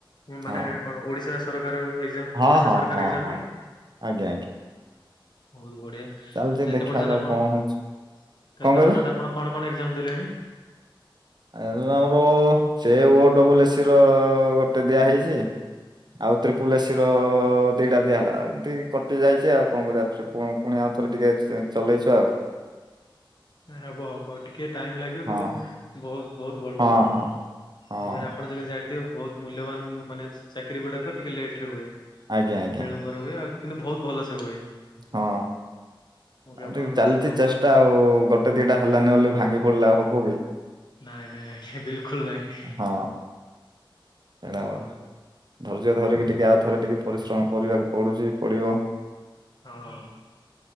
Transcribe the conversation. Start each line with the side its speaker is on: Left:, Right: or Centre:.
Left: ମାନେ
Right: ହଁ
Left: କଣ ଓଡିଶା ସରକାର ଏଗ୍ଜାମ୍।
Right: ହଁ
Left: ଓଡିଶା
Right: ହଁ
Left: ସରକାର
Right: ହଁ
Left: ଏଗ୍ଜାମ୍
Right: ହଁ
Left: ନାହିଁ?
Right: ଆଜ୍ଞା ଆଜ୍ଞା।
Left: ବହୁତ ବଢ଼ିଆ ତ
Right: ଚାଲିଛି
Left: ଏତେ
Right: ଦେଖାଯାଉ
Left: ପର୍ଯ୍ୟନ୍ତ ଆପଣ
Right: କଣ
Left: ତ
Right: ହଉଛି କଣ
Left: ଏତେ
Right: କହିଲେ
Left: ପର୍ଯ୍ୟନ୍ତ ଆପଣ କଣ କଣ ଏଗ୍ଜାମ୍ ଦେଲେଣି?
Right: ଆଜ୍ଞା ତୋ ଆମର ସେ ଓ ଡବଲ୍ ଏସ୍ ସି ର ଗୋଟେ ଦିଆହେଇଛି। ଆଉ ତ୍ରିପୁଲ ଏସ୍ ସି ର ଦିଟା ଦିଆ ହେଲା। ଏମତି କଟି ଯାଇଛି ଆଉ କଣ କରିବା। ସେ ପୁ ପୁଣି ଆଉ ଥରେ ଟିକେ ଚଲେଇଛୁ ଆଉ।
Left: ହେବ ହେବ ଟିକେ ଟାଇମ୍ ଲାଗିବ
Right: ହଁ
Left: କିନ୍ତୁ ବହୁତ ବହୁତ ଭଲ
Right: ହଁ ହଁ
Left: ହେବ।
Right: ହଁ
Left: କଣ ପାଇଁ ନା ଆପଣ ଯେମିତି ଜାଣିଥିବେ ବହୁତ ମୂଲ୍ୟବାନ ମାନେ ଚାକିରୀ ଗୁଡାକ ଟିକେ ଲେଟ ରେ ହୁଏ
Right: ଆଜ୍ଞା ଆଜ୍ଞା
Left: ବିଳମ୍ବ ହୁଏ ଆଉ କିନ୍ତୁ ବହୁତ ଭଲ ସେ ହୁଏ।
Right: ହଁ
Left: ମୁଁ ବି
Right: ଆଉ
Left: ଆପଣଙ୍କର
Right: ଟିକେ ଚାଲିଛି
Left: ସୁଖମୟ
Right: ଚେଷ୍ଟା ଆଉ ଗୋ ଗୋଟେ ଦିଟା ହେଲାନି ବୋଲି ଭାଙ୍ଗି ପଡିଲେ ଆଉ ହବ କି?
Left: ନାଇଁ ନାଇଁ ଆଜ୍ଞା ବିଲକୁଲ ନାହିଁ।
Right: ହଁ। ହେଡ଼ା ମୋର ଧୈର୍ଯ୍ୟ ଧରିକି ଟିକେ ଆଉ ଥରେ ଟିକେ ପରିଶ୍ରମ କରିବାକୁ ପଡୁଛି ପଡିବ।
Left: ହଁ।